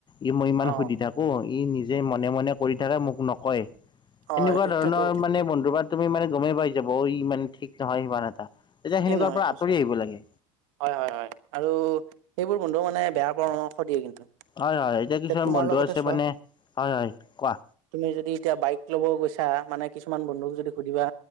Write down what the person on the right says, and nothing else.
অ
অ
সেইটোয়েতো
কথা
ঠিকেই
নহয়
সঁচাই
হয়, হয়, হয়, আৰু সেইবোৰ বন্ধুও মানে বেয়া পৰামৰ্শ দিয়ে কিন্তু।
তোমাৰ
লগতে
চোৱা
তুমি যদি এতিয়া বাইক লব গৈছা মানে, কিছুমান বন্ধুক যদি সুধিবা